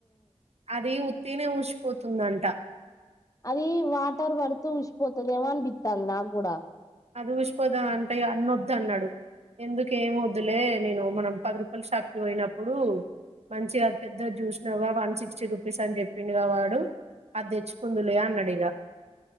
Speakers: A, on the right; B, on the left.
A: అది ఉత్తిగనే ఉష్ పోతుందంట
B: అది వాటర్ బడుతూ ఉషిపోతుదేమో అని బిత్తంది నాకు కూడా
A: అదిగిసిపోదా అంటే అన్న వద్దు అన్నాడు ఎందుకు ఏమ వద్దులే నేను మనం పది రూపాయల షాప్కి పోయినప్పుడు మంచిగా అది పెద్ద చూసినావ్గా వన్ సిక్స్టీ రూపీస్ అని చెప్పిండగా వాడు అది తెచ్చుకుందులే అన్నాడు ఇగ